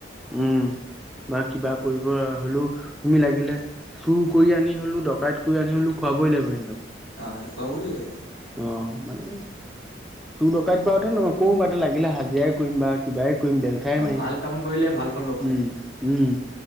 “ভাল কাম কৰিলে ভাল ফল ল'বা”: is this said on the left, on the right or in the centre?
Left